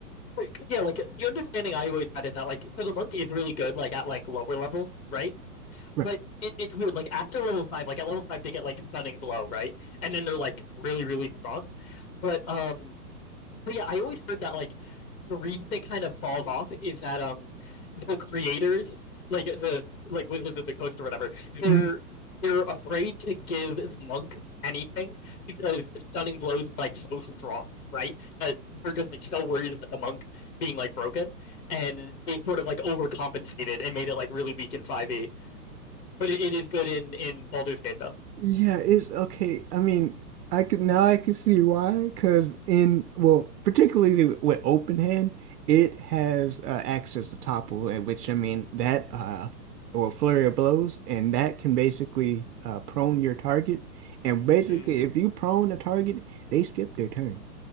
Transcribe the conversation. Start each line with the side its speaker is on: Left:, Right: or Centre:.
Left: 'cause, yeah, like the understanding I always had is that like so the monk is really good like at like lower levels, right?
Right: Right.
Left: But it, it's weird like after level 5, like at level 5 they get like stunning blow, right? And then they're like really really strong. But um But yeah, I always heard that like the reason they kind of falls off is that um the creators, like the like Wizards of the Coast or whatever, they're
Right: Mm,
Left: they're afraid to give the monk anything because stunning blows like so strong, right? That they're just like so worried about the monk being like broken, and they sort of like overcompensated and made it like really weak in 5e. But it, it is good in in Baldur's Gate though.
Right: yeah, it's okay. I mean, I could now I can see why, because in well, particularly with open hand, it has uh, access to topple, and which I mean that uh or flurry of blows, and that can basically uh prone your target. And basically,
Left: Hmm.
Right: if you prone a target, they skip their turn.